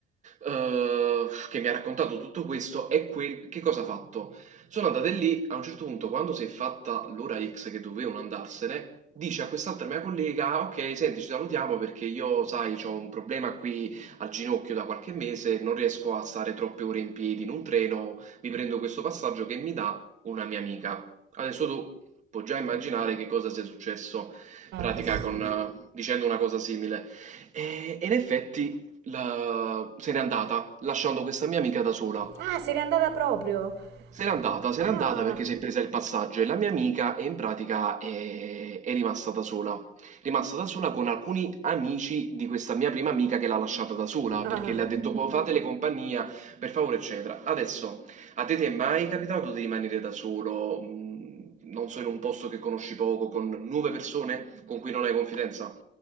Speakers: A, on the right; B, on the right.
A: eh, che mi ha raccontato tutto questo è quel che cosa ha fatto. Sono andate lì, a un certo punto quando si è fatta l'ora X che dovevano andarsene, dice a quest'altra mia collega, "Ah, ok, senti, ci salutiamo perché io, sai, ho un problema qui al ginocchio da qualche mese, non riesco a stare troppe ore in piedi in un treno, mi prendo questo passaggio che mi dà una mia amica. Adesso tu puoi già immaginare che cosa sia successo pratica
B: <laughs> Posso-
A: con, eh, dicendo una cosa simile. E, e in effetti la- se n'è andata, lasciando questa mia amica da sola.
B: Ah, se n'è andata proprio.
A: Se n'è andata, se
B: Ah,
A: n'è andata perché si è presa il passaggio e la mia amica e in pratica è, è rimasta da sola. Rimasta da sola con alcuni amici di questa mia prima amica che l'ha lasciata da sola
B: ah.
A: perché le ha detto "Boh, fatele compagnia, per favore, eccetera. Adesso, a te ti è mai capitato di rimanere da solo, mh, non so, in un posto che conosci poco, con nuove persone con cui non hai confidenza?